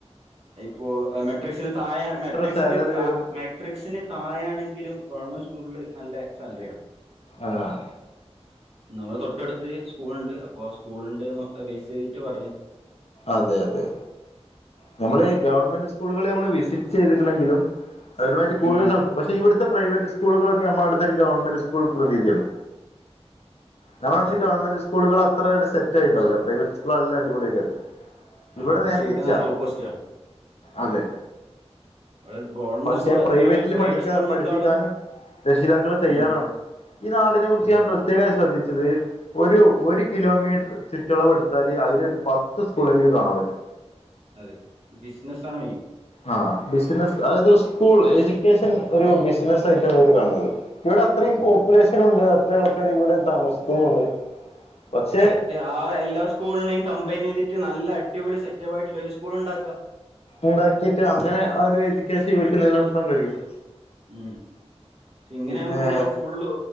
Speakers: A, on the right (about 65°); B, on the left (about 65°).
A: ഇപ്പോൾ മെട്രിക്സിന് തായ മെട്രിക്സിന്
B: സാലറി
A: താ
B: വരും
A: മെ ട്രിക്സിന് താഴാണെങ്കിലും ഗവൺമെന്റ് സ്കൂളിൽ നല്ല സാലറിയാണ്.
B: ആഹ്
A: നമ്മുടെ തൊട്ടടുത്ത് സ്കൂൾണ്ട് അപ്പൊ ആ സ്കൂലിണ്ടേ ബൈസ് യ്തിട്ട് പറയാ
B: അതെ അതെ തനമ്മള് ഗവൺമെന്റ് സ് സ്കൂളുകള് നമ്മള് വിസിറ്റ് ചെയ്തിക്കനെങ്കിലും അവരുമായിട്ട് കൂടുതൽ
A: ഉം
B: ക പക്ഷെ ഇവിടുത്തെ പ്രൈവറ്റ് സ്കൂളുകളൊക്കെ നമ്മളവിടത്തെ ഒരു ഗവൺമെന്റ് സ്കൂൾ പ്രതീതിയാണ്. ഞങ്ങളെ നാട്ടില്
A: അതെ
B: ഗവണ്മെന്റ് സ്കൂളുകൾ അത്ര അങ്ങട് സെറ്റായിണ്ടാവൂല. പ്രൈവറ്റ്സ്കൂൾ നല്ല അടിപൊളിആക്കാരം ഇവിടെ
A: ആ പക്ഷെ
B: നേരെ തിരിച്ചാ,
A: ഓപ്പോസിറ്റ് ആണ്
B: അതെ
A: അവിടെ ഗവൺമെന്റ്
B: പക്ഷെ
A: സ്കൂൾ അത്യാവശ്യം
B: പ്രൈവറ്റില്
A: പ്രൈവറ്റ്
B: പഠിക്ക
A: സ്കൂളിനേക്കാളും
B: പഠിപ്പിക്കാനും. രക്ഷിതാക്കള് തയ്യാറാണ്.
A: ഉം
B: ഈ നാടിനെ കുറിച്ച്
A: അതെ
B: ഞാൻ
A: അതെ
B: പ്ര ത്യേകയി ശ്രദ്ധിച്ചത് ഒരു ഒരു കിലോമീറ്റർ ചുറ്റളവ് എടുത്താൽ അതിലൊരു പത്ത് ത്ത് സ്കൂളെങ്കിലും കാണൻ പറ്റും
A: അതെ ബിസിനസ്സാണ് മെയിൻ
B: ആഹ് ബിസിനസ് അതായത് സ്കൂൾ എജ്യൂക്കേഷൻ ഒരു ബിസിന ആയിട്ടാണ് ഇവര് കാണുന്നത് ഇവിടെ അത്രയും
A: ഉം
B: പോപ്പുലേഷൻ ഉണ്ട് അത്ര ആൾക്കാർ ഇവിടെ താമസിക്കുന്നുണ്ട് പക്ഷെ
A: ആഹ് എല്ലാ സ്കൂളിനെയും കമ്പൈൻയ്തിട്ട് നല്ല അടിപൊളി സെറ്റപ്പ് ആയിട്ടുള്ള ഒരു സ്കൂൾ ഉണ്ടാക്കാ
B: ഉണ്ടാക്കിട്ട് അങ്ങനെ ആ ഒരു എജുക്കേഷൻഇവർക്ക് നിലനിർത്താൻ കഴിയും
A: ഉം ഷേഇങ്ങനെ
B: പിന്നെ
A: ആവുമ്പോ ഫുള്